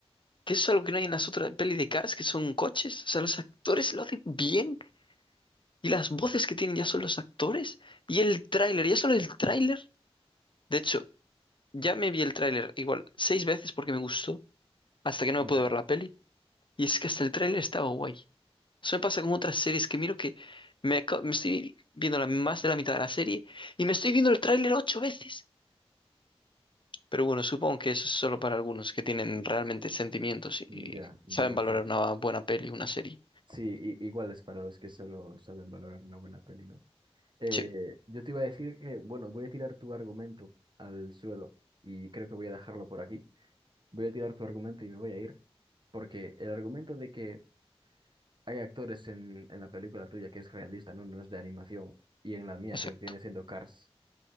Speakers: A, on the left; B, on the right.
A: que eso es algo que no hay en las otras pelis de Cars, que son coches. O sea, los actores lo hacen bien. Y las voces que tienen ya son los actores. Y el tráiler, ya solo el tráiler. De hecho, ya me vi el tráiler igual seis veces porque me gustó, hasta que no
B: Madre,
A: me pude ver la peli. Y es que hasta el tráiler estaba guay. Eso me pasa con otras series que miro que me, aca- me estoy viendo la, más de la mitad de la serie y me estoy viendo el tráiler ocho veces. Pero bueno, supongo que eso es solo para algunos que tienen realmente sentimientos y,
B: ya,
A: y
B: debe
A: saben valorar
B: ser.
A: una buena peli, una serie.
B: Sí, i- igual es para los que solo saben valorar una buena peli, ¿no? Eh,
A: Sí,
B: yo te iba a decir que, bueno, voy a tirar tu argumento al suelo y creo que voy a dejarlo por aquí. Voy a tirar tu argumento y me voy a ir, porque el argumento de que hay actores en, en la película tuya que es realista, ¿no? No es de animación, y en la mía,
A: exacto.
B: que viene siendo Cars,